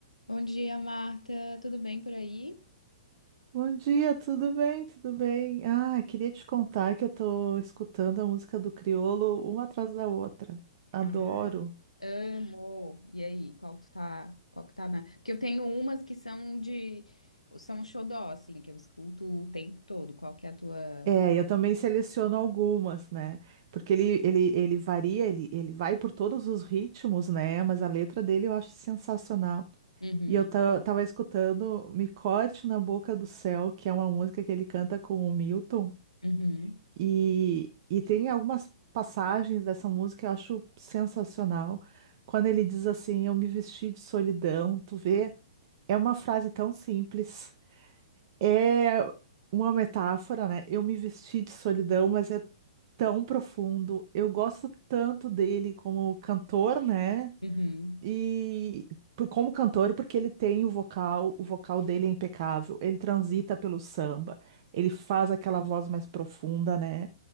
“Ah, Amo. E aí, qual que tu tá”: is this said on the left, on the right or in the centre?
Left